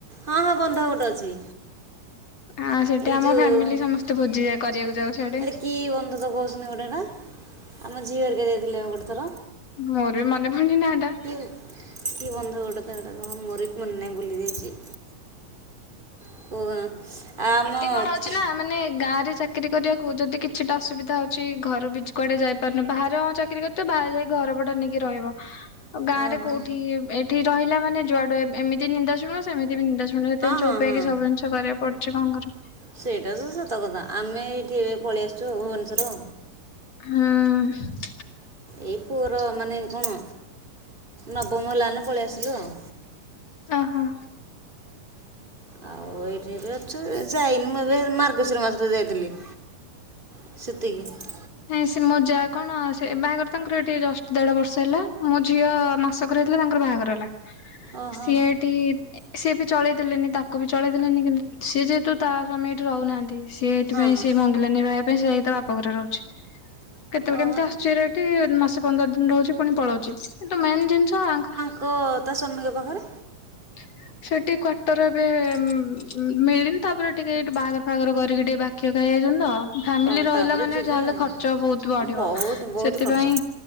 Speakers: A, on the right (about 15°); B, on the left (about 50°).
A: ହଁ ହଁ ବନ୍ଧ ଗୋଟେ ଅଛି।
B: ଆ ସେଠି
A: ଏଇ
B: ଆମ
A: ଯୋଉ
B: ଫ୍ୟାମିଲି
A: ଏଟା
B: ସମସ୍ତେ ଭୋଜି କରିବାକୁ ଯାଉ ସେଆଡେ
A: କି ବନ୍ଧତ କହୁଛନ୍ତି ଗୋଟେ ଏଇଟା। ଆମ ଝିଅ ହେରିକା ଯାଇଥିଲେ ମ ଗୋଟେ ଥର
B: ମୋର ବି ମନେ ପଡୁନି ନା ଟା
A: <unintelligible> କି ବନ୍ଧ ଗୋଟେ ତ ସେଇଟା କଣ ମୋର ବି ମନେ ନାହିଁ ଭୁଲି ଯାଇଛି। <unintelligible>
B: ଏତି
A: ଓହୋ
B: କଣ ଅଛି ନା ମାନେ ଗାଁରେ ଚାକିରି କରିବାକୁ ଯଦି କିଛିଟା ଅସବିଧା ହଉଛି ଘର ବି କୁଆଡେ ଯାଇପାରୁନି ବାହାରେ ହଁ ଚା କିରି କଲେ ତ ବାହାରେ ଯାଇକି ଘର ଭଡ଼ା ନେଇକି ରହିବ। ଗାଁରେ
A: ହଁ
B: କଉଠି ଏଠି ରହିଲା ମାନେ ଯୁଆଡୁ ଏମିତି ନିନ୍ଦା ଶୁଣିବ ସେମତି ବି ନିନ୍ଦା ଶୁଣ। ସେଥିପାଇଁ ଚୁପ୍
A: ହଁ
B: ହେଇକି
A: ହଁ
B: ସବୁ ଜିନଷ କରିବାକୁ ପଡୁଛି କଣ କରିବି।
A: ସେଇଟା ତ ସତ କଥା ଆମେ ଏଇଠି ଏବେ ପଳେଇ ଆସିଛୁ ଭୁବନେଶ୍ଵର।
B: ହୁଁ।
A: ଏଇ ପୁଅର ମାନେ କଣ ନବମ ହେଲାନେ ପଳେଇ ଆସିଲୁ ଆଉ।
B: ଓହୋ।
A: ଆଉ ଏଇଠି ବି ଅଛୁ ଯାଇନି ମୁଁ ଏବେ ମାର୍ଗଶିର ମାସରେ ଯାଇଥିଲି। ସେତିକି।
B: ନାଇଁ ସେ ମୋ ଯା କଣ ସେ ବାହାଘର ତାଙ୍କର ଏ ଟିକେ ଜଷ୍ଟ ଦେଢ ବର୍ଷ ହେଲା ମୋ ଝିଅ ମାସ କର ହେଇଥିଲା ତାଙ୍କର ବାହାଘର ହେଲା
A: ଓହୋ
B: ସି ଏଟି ସିଏ ବି ଚଳେଇ ଦେଲେନି ତାକୁ ବି ଚଳେଇ ଦେଲେନି କିନ୍ତୁ ସିଏ ଯେହେତୁ ତା ସ୍ୱାମୀ ଏଠି ରହୁନାହାନ୍ତି। ସିଏ ଏଥି
A: ହଁ
B: ପାଇଁ
A: ହଁ
B: ସେ ମଙ୍ଗିଲାନୀ ରହିବା ପାଇଁ ସେ ଯାଇ ଟା ବାପ ଘରେ ରହୁଚି। କେତେବେଳେ
A: ଓହୋ
B: କେମିତି ଆସୁଛି ହେରି ଏଠି ମାସେ ପନ୍ଦର ଦିନ ରହୁଛି ପୁଣି ପଳଉଛି। ତ ମେନ୍ ଜିନିଷ ଆଙ୍କର
A: କ ତା ସ୍ୱାମୀଙ୍କ ପାଖରେ
B: ହ ସେଠି କ୍ଵାର୍ଟର ଏବେ ମିଳିନି ତାପରେ ଟିକେ ଏଇଠି ବାହାଘର ଫାହାଘର କରିକି ଟିକେ ବାକି ହେଇ ଯାଇଛନ୍ତି ତ। ଫ୍ୟାମିଲି
A: ଓହୋ
B: ରହିଲା
A: ତାପରେ
B: ମାନେ
A: ଯିବେ
B: ଯାହାହେଲେ ଖର୍ଚ୍ଚ ବହୁତ ବଢିବ
A: ଆଉ ହଁ, ବହୁତ ବହୁତ
B: ସେଥିପାଇଁ
A: ଖର୍ଚ୍ଚ